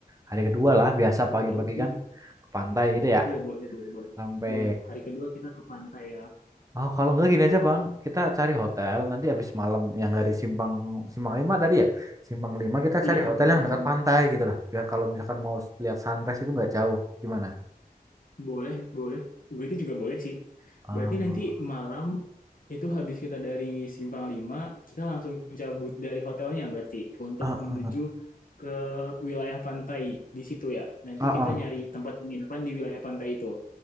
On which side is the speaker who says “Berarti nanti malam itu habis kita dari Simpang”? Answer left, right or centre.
Left